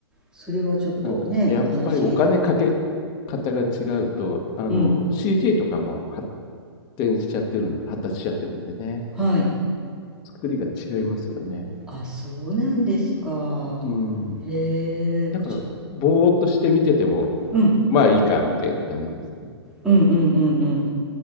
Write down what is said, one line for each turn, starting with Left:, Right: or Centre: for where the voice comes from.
Centre: それはちょっとね、
Left: なんか、やっぱりお金かけ
Centre: 悲しい。
Left: 方が違うと、あの、
Centre: うん。
Left: CG とかも展しちゃってるんで、発達しちゃってるんでね。
Centre: はい。
Left: 作りが違いますよね。
Centre: あ、そうなんですか。
Left: うん。
Centre: へえ。
Left: だから、
Centre: ちょ、
Left: ぼーっとして見てても、
Centre: うん。
Left: まあいいか、みたいな感じですよね。
Centre: うんうんうんうん。